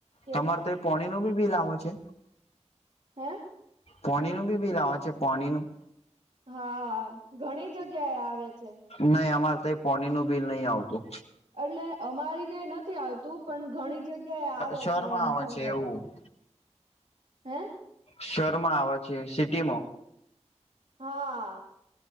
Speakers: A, on the right (about 70°); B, on the left (about 60°).
A: કે
B: તમારે તો એ પોણી નું બી બિલ આવે છે?
A: હે?
B: પાનીનું બી બીલ આવે છે પોનીનું?
A: હા ઘણી જગ્યા એ આવે છે.
B: નહી અમારે તો પાણી નું બિલ નહી આવતું.
A: એટલે અમારી ન્યા નથી આવતું. પણ ઘણી જગ્યા એ આવે
B: શહેરમાં
A: છે એમ,
B: આવે
A: જનરલી.
B: છે એવું
A: હે?
B: શહેરમાં આવે છે સિટી માં
A: હા